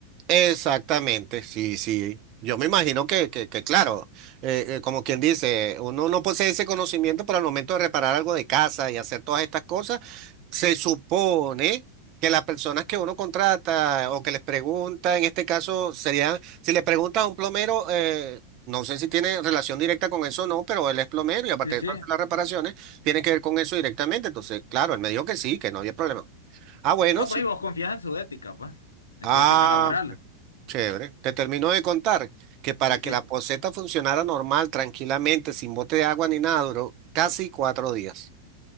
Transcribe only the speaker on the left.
Sí, sí.
No,
pues y vos confías en su ética, pues, en
su ética laboral.
Sí,
sí.